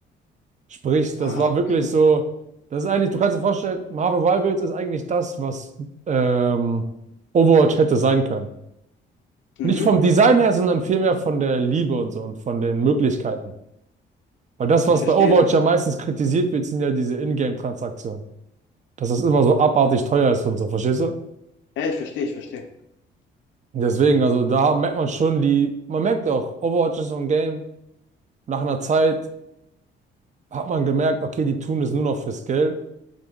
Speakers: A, on the right (about 35°); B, on the left (about 70°).
A: Sprich, das
B: Ah,
A: war
B: okay.
A: wirklich so, das ist eigentlich, du kannst dir vorstellen, Marvel Rivals ist eigentlich das, was ähm, Overwatch hätte sein können.
B: Mhm.
A: Nicht vom Design her, sondern vielmehr von der Liebe und so und von den Möglichkeiten. Weil das, was
B: Ich verstehe.
A: bei Overwatch ja meistens kritisiert wird, sind ja diese Ingame-Transaktionen. Dass das immer so abartig teuer ist und so, verstehst du?
B: Ja, ich verstehe, ich verstehe.
A: Und deswegen, also da merkt man schon die, man merkt ja auch, Overwatch ist so ein Game. Nach einer Zeit hat man gemerkt, okay, die tun es nur noch fürs Geld.